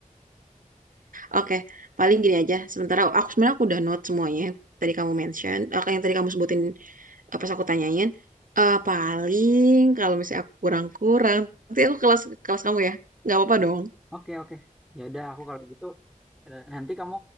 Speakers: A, on the right; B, in the centre.
A: Oke, paling gini aja. Sementara aku sebenarnya aku udah note semuanya. Tadi kamu mention, eh, yang tadi kamu sebutin Eh, pas aku tanyain eh paling kalau misalnya aku kurang-kurang nanti aku kelas kelas kamu ya nggak apa-apa
B: Ya.
A: dong
B: Oke oke. Ya udah aku kalau gitu eh, nanti kamu